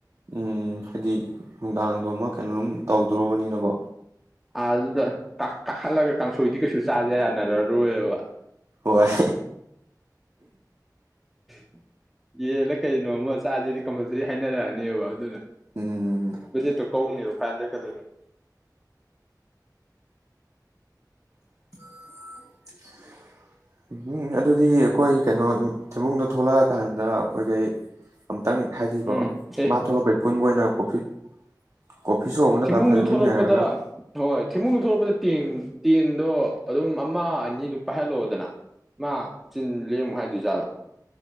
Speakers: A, on the right; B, in the centre.
A: ꯎꯝ ꯍꯥꯏꯗꯤ ꯅꯨꯡꯗꯥꯡ ꯑꯗꯣꯃ ꯀꯩꯅꯣ ꯑꯗꯨꯝ ꯇꯧꯗ꯭ꯔꯕꯅꯤꯅꯀꯣ
B: ꯥ ꯑꯗꯨꯗ ꯀꯥꯈꯠꯂꯒ ꯀꯥꯡꯁꯣꯏꯗꯤ ꯀꯩꯁꯨ ꯆꯥꯥꯁꯦ ꯌꯥꯅꯔꯔꯣꯏꯕ
A: ꯍꯣꯏ
B: <inaudible> ꯌꯦꯜꯂꯥ ꯀꯩꯩꯅꯣꯃ ꯆꯖꯤ ꯀꯝꯄꯜꯁꯥꯔꯤ ꯍꯥꯏꯅꯔꯛꯑꯅꯦꯕ ꯑꯗꯨꯅ
A: ꯎꯝ
B: ꯕꯠꯖꯦꯠꯇꯣ ꯀꯧꯅꯦꯕ <inaudible>
A: <inaudible> ꯎꯝ ꯎꯝ ꯑꯗꯨꯗꯤ ꯑꯩꯈꯣꯏ ꯀꯩꯅꯣ ꯊꯤꯟꯕꯨꯡꯗꯣ ꯊꯣꯛꯂꯛꯑꯀꯥꯟꯗ ꯑꯩꯈꯣꯏꯈꯩ ꯑꯝꯛꯇꯪ ꯍꯥꯏꯗꯤꯀꯣ
B: ꯎꯝ ꯑꯦ
A: ꯃꯥ ꯊꯣꯛꯂꯛꯄꯩ ꯄꯨꯨꯟꯕ ꯑꯣꯏꯅ ꯀꯣꯐꯤ ꯀꯣꯐꯤ ꯁꯣꯞ ꯑꯃꯗ
B: ꯊꯦꯡꯃꯨꯡꯗꯨ
A: ꯐ ꯐꯥꯖꯤꯟꯃꯤꯟꯅꯔꯒ
B: ꯊꯂꯛꯄꯗ ꯍꯣꯏ ꯊꯦꯡꯃꯨꯡꯗꯨ ꯊꯂꯛꯄꯗ ꯇꯦꯡ ꯇꯦꯟꯗꯣ ꯑꯗꯨꯝ ꯑꯃ ꯑꯅꯤ ꯑꯗꯨꯝ ꯄꯥꯏꯍꯜꯂꯛꯑꯣꯗꯅ ꯃꯥ ꯆꯤꯟ ꯂꯦꯝꯃꯨ ꯍꯥꯏꯗꯣꯏ ꯖꯥꯠꯂ